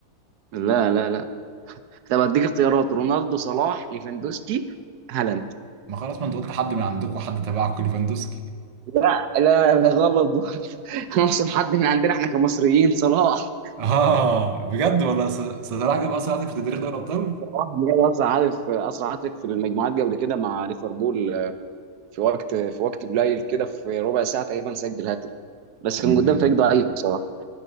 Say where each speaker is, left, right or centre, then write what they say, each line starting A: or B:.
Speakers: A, on the right; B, on the right.
A: لا لا لا طب اديك اختيارات رونالدو صلاح ليفاندوسكي هالاند
B: ما خلاص ما انت قلت حد من عندكم حد تبعكم ليفاندوسكي
A: لا لا ده غلط برضه <laughs> انا اقصد حد من عندنا احنا كمصريين صلاح
B: اه بجد والله س- صلاح جاب اصلا هدف في تاريخ دوري الابطال
A: صلاح جاب اسرع هدف اسرع هدف في المجموعات قبل كده مع ليفربول في وقت في وقت قليل كده في ربع ساعه تقريبا سجل هاتريك بس كان
B: امم
A: قدام فريق ضعيف بصراحه